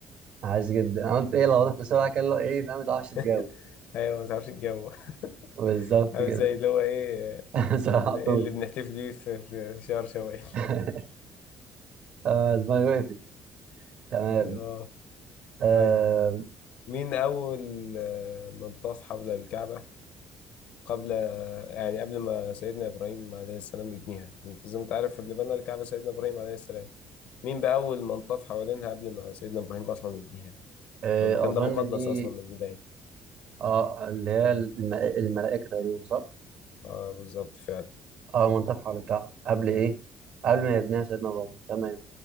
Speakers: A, on the right; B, on the left.
A: عاش جدا انا قلت ايه لو واضح بسرعه كان له ايه فاهم ما تعرفش
B: <laughs>
A: تجاوب
B: أيوة ما تعرفش الجو <laughs>
A: بالظبط
B: عامل
A: كده
B: زي اللي هو إيه
A: <laughs> بسرعه
B: اللي,
A: على طول
B: إيه اللي بنحتفل بيه في, في في شهر شوال
A: <laughs> آه، دماغي وقفت تمام
B: <laughs> آه
A: آه،
B: طيب مين أول آه، من طاف حول الكعبة قبل يعني قبل ما سيدنا إبراهيم عليه السلام يبنيها أنت زي ما أنت عارف اللي بنى الكعبة سيدنا إبراهيم عليه السلام مين بقى أول من طاف حوالينها قبل ما سيدنا إبراهيم أصلا يبنيها
A: آه،
B: هو المكان
A: اظن
B: ده مقدس
A: دي
B: أصلا من البداية
A: اه اللي هي الملا- الملائكه تقريبا صح؟
B: اه بالظبط فعلا
A: اه منطقه حول الكعبه قبل ايه؟ قبل ما يبنيها سيدنا ابراهيم تمام